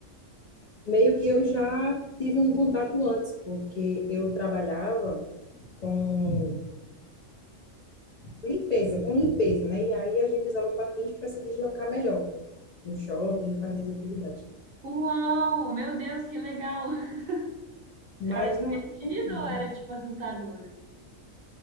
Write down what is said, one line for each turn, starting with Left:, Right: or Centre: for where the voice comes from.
Left: meio que eu já tive um contato antes, porque eu trabalhava com limpeza, com limpeza, né? E aí a gente usava patins para se deslocar melhor no shopping, fazer as atividades.
Right: Uau, meu Deus, que legal. <laughs>
Left: Mas
Right: Era divertido
Left: não é comum, não.
Right: ou era tipo assustador assim?